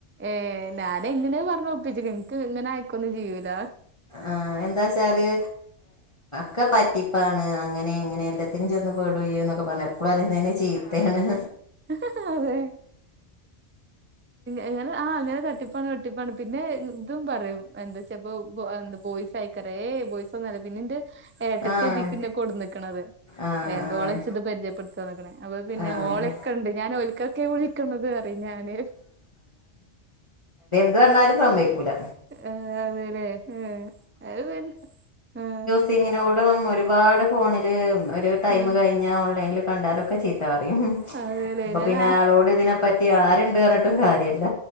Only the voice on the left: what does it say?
ആഹ് എന്താചാല് ഒക്കെ പറ്റിപ്പാണ് അങ്ങനെ ഇങ്ങനെ എല്ലാത്തിനും ചെന്ന് പെടുകയും എന്നൊക്കെ ഇപ്പ പറഞ്ഞ എപ്പോളും അങ്ങനെ തന്നെ ചീത്തേണ്‌.
ആഹ് ആഹ്
ആഹ്
ആഹ്
ന്തറഞ്ഞാലും സമ്മക്കൂല്ല
ങ്ങിനോടും ഒരുപാട് ഫോണിൽ ഒരു ടൈമ്
കഴിഞ്ഞാൽ ഓൺലൈനിൽ കണ്ടാലൊക്കെ ചീത്ത പറയും
അപ്പൊ
പിന്നെ
ആളോട് ഇതിനെപ്പറ്റി ആരുണ്ട് പറഞ്ഞിട്ടും കാര്യല്ല